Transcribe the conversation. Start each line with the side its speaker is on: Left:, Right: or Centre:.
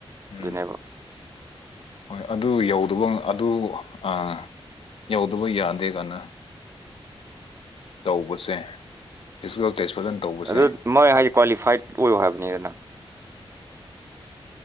Left: ꯎꯝ
Right: ꯑꯣꯏꯗꯣꯏꯅꯦꯕ
Left: ꯍꯣꯏ ꯑꯗꯨ ꯌꯧꯗꯕ ꯑꯗꯨ ꯑ ꯌꯧꯗꯕ ꯌꯥꯗꯦ ꯀꯥꯏꯅ ꯇꯧꯕꯁꯦ ꯐꯤꯖꯤꯀꯦꯜ ꯇꯦꯁ ꯐꯖꯅ ꯇꯧꯕꯁꯦ
Right: ꯑꯗꯨ ꯃꯣꯏ ꯍꯥꯏꯗꯤ ꯀ꯭ꯋꯥꯂꯤꯐꯥꯏꯠ ꯑꯣꯏꯌꯣ ꯍꯥꯏꯕꯅꯤꯗꯅ